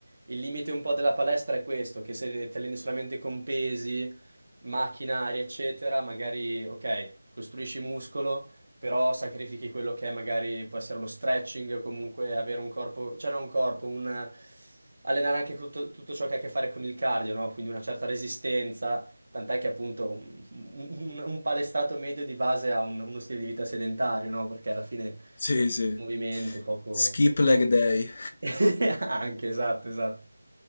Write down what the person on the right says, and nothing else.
il limite un po' della palestra è questo, che se ti alleni solamente con pesi, macchinari, eccetera, magari, ok, costruisci muscolo, però sacrifichi quello che è magari può essere lo stretching, o comunque avere un corpo, cioè non un corpo, un... allenare anche tutto, tutto ciò che ha a che fare con il cardio, no? Quindi una certa resistenza, tant'è che appunto un, un- un palestrato medio di base ha un- uno stile di vita sedentario, no? Perché alla fine
movimento poco...
<laughs> Anche, esatto, esatto.